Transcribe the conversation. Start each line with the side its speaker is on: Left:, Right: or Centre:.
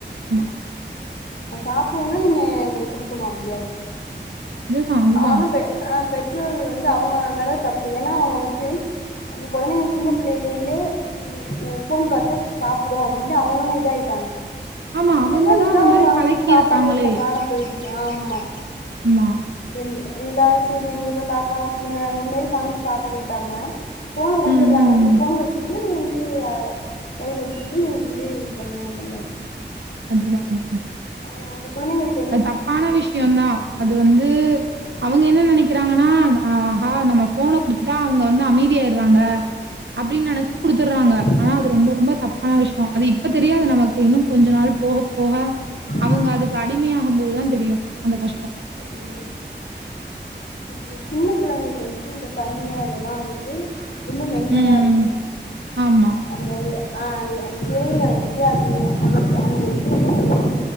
Right: ஆமா
Left: நா சாப்னுன்னா நீங்க எனக்குது குடுக்கணு அப்டி ஆயிடுச்சு
Right: அதுதான், அதுதான்.
Left: ஆனா பெ ஆ பெற்றோர்கள் வந்து அவுங்க மேல தப்பு ஏனா அவுங்க வந்துட்டு அந்த கொழந்தைகள் சின்ன பிள்ளைலேந்தே நீ ஃபோன் பாத்தா சாப்டு அப்டின்னு அவுங்களு இத ஆயிட்டாங்க
Right: ஆமா
Left: முன்னல்லா
Right: அவங்க தான்
Left: நிலாவ
Right: அந்த மாரி
Left: காம்ச்சு
Right: பழக்கியிருக்காங்களே.
Left: சாப்பாடு ஊட்ன காலம் போயிடுச்சு ஆம்மா
Right: ஆமா
Left: இந்த நிலா சூரியன் இங்க காக்கா பூன அந்த மாரி காமிஞ்சி சாப்பாடு ஊட்டாம ஃபோன குடுத்தறாங்க
Right: ம், ம்,
Left: நீ
Right: ம்.
Left: ஃபோன வச்சிக் நீ வந்து அ கையில வச்சிகிட்டு நீ வந்து இது பண்ணு அந்த மாரி
Right: அது தாங்க
Left: ஆ அந்த குழந்தைகளுக்
Right: அது தப்பான விஷ்யொதா அது வந்து
Left: ஆமா ஆமா
Right: அவங்க என்ன நனைக்கிறாங்கன்னா ஆஹா நம்மஸ் ஃபோன குடுத்துட்டா அவங்க வந்து அமைதி ஆயிட்றாங்க அப்டின்னு நெனைச்சு குடுத்துட்றாங்க
Left: ஆமா கண்டிப்பா
Right: ஆனா அது ரொம்ப ரொம்ப தப் பா விஷயொ அது இப்ப தெரியாது நமக்கு
Left: ஆமா
Right: இன்னு கொஞ்ச நாள் போக
Left: ஆமா
Right: போக
Left: ஆமா ஆமா கண்டிப்பா
Right: அவங்க அதுக்கு
Left: ம்
Right: அ டிமையாகும்போதுதா தெரியு அந்த கஷ்டொ
Left: ம் இப்ப இந்த சின்ன பிள்ளங்க கிஞ்ஞ வந்துட்டு இந்த கண்ணு அதெல்லா வந்துட்டு ரொம்ப மென்மையா
Right: ம்,
Left: இருக்கு
Right: ம். ஆமா.
Left: அந்த அது ஆ அந் அந்த துரையில வந்துட்டு அது அந்த அந்த இது வந்து கொஞ்சோ